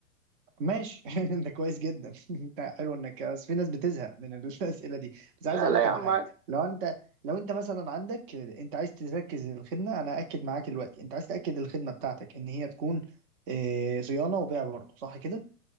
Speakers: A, on the right; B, on the right.
A: ماشي <laughs> انت كويس جدا <laughs> انت حلو انك بس في ناس بتزهق من <laughs> الاسئله دي بس
B: لا
A: عايز اقول
B: لا
A: لك
B: يا
A: على
B: عم
A: حاجه
B: عادي
A: لو انت لو انت مثلا عندك انت عايز تركز الخدمه انا اكد معاك دلوقتي انت عايز تاكد الخدمه بتاعتك ان هي تكون اه، صيانه وبيع برضه صح كده